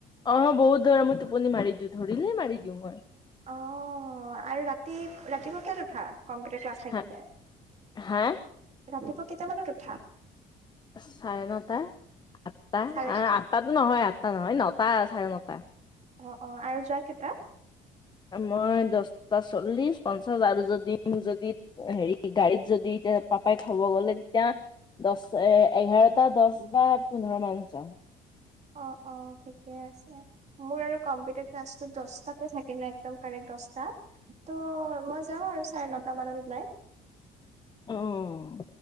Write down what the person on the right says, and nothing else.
অ', আৰু ৰাতি-ৰাতিপুৱা কেইটাত উঠা, কম্পিউটাৰ ক্লাছ থাকিলে?
ৰাতিপুৱা কেইটামানত উঠা?
চাৰে
অ, অ, আৰু যোৱা কেইটা?
অ, অ, ঠিকে আছে মোৰ আৰু কম্পিউটাৰ ক্লাছো দহটাত থাকিলে একদম কাৰেক্ট দহটা ত' মই যাও আৰু চাৰে নটা মানত ওলাই।